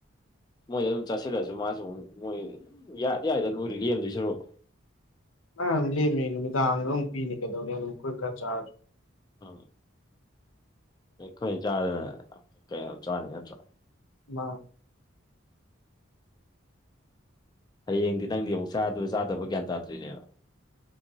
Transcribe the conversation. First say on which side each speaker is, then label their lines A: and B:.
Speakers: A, on the left; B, on the left.
A: ꯃꯣꯏꯗ ꯑꯗꯨꯝ ꯆꯠꯁꯤꯜꯂꯁꯨ ꯃꯥꯁꯨꯨ ꯃꯣꯏ ꯌꯥꯗꯤ ꯌꯥꯔꯦꯗ ꯅꯣꯏ ꯂꯦꯝꯗꯣꯏ ꯁꯔꯨ <inaudible>
B: ꯑ ꯂꯃꯤ ꯅꯨꯃꯤꯗꯥꯡꯗ ꯄꯤꯅꯤ ꯀꯩꯗꯅꯤ ꯑꯗꯨꯣꯏ ꯈ ꯆꯥ
A: ꯑ ꯆꯥ ꯀꯩꯅ ꯆꯥꯅꯤ ꯅꯠꯇ꯭ꯔ
B: ꯃꯥ
A: ꯑ ꯍꯌꯦꯡꯗꯤ ꯅꯪꯗꯤ ꯑꯃꯨꯛ ꯆꯥꯗꯕ ꯒ꯭ꯌꯥꯟ ꯇꯥꯗ꯭ꯔꯤꯅꯦꯕ